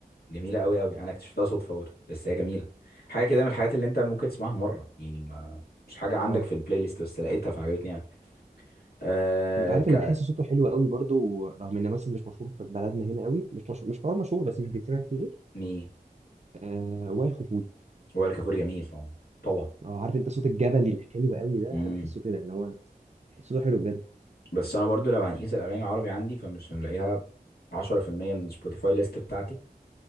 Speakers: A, on the left (about 80°); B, on the right (about 45°).
A: جميلة أوي أوي أنا اكتشفتها صدفة برضه بس هي جميلة حاجة كده من الحاجات اللي أنت ممكن تسمعها مرة يعني ما مش حاجة عندك
B: اه
A: في البلاي ليست بس لقيتها فعجبتني يعني أه
B: انت عارف
A: ك
B: اللي بحس صوته حلو قوي برضو رغم انه مثلا مش مشهور في بلدنا هنا قوي مش مشهور مش حوار مشهور بس مش بيتسمع كتير
A: مي
B: آه وائل كفوري
A: وائل كفوري جميل طبعا طبعا
B: اه عارف انت صوت الجبلي الحلو قوي ده
A: امم
B: انا بحسه كده اللي هو صوته حلو بجد
A: بس أنا برضو لو هنقيس الأغاني العربي عندي فمش هنلاقيها 10% من سبوتيفاي ليست بتاعتي